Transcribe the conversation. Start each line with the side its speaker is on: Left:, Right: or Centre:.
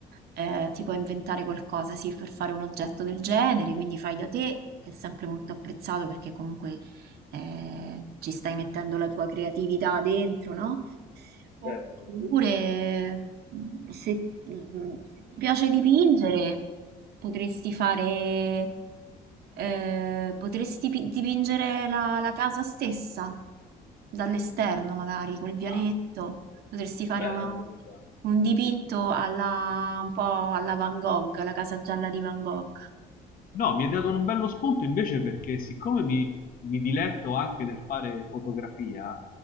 Right: eh, ti puoi inventare qualcosa, sì, per fare un oggetto del genere, quindi fai da te, che è sempre molto apprezzato perché comunque eh, ci stai mettendo la tua creatività dentro, no? Oppure,
Left: Certo.
Right: mh, se, mh, se ti piace dipingere, potresti fare, eh, potresti pi- dipingere la, la casa stessa, dall'esterno magari, col vialetto.
Left: Ah,
Right: Potresti fare
Left: bella
Right: uno-
Left: questa.
Right: un dipinto alla, un po' alla Van Gogh, la casa gialla di Van Gogh.
Left: No, mi hai dato un bello spunto invece perché siccome mi, mi diletto anche nel fare fotografia